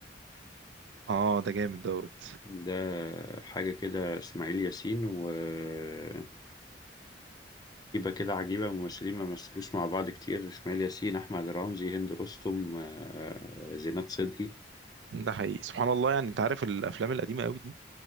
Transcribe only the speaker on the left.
ده حاجة كده اسماعيل ياسين وتركيبة كده عجيبة ممثلين ما مثلوش مع بعض كتير اسماعيل ياسين احمد رمزي هند رستم آه زينات صدقي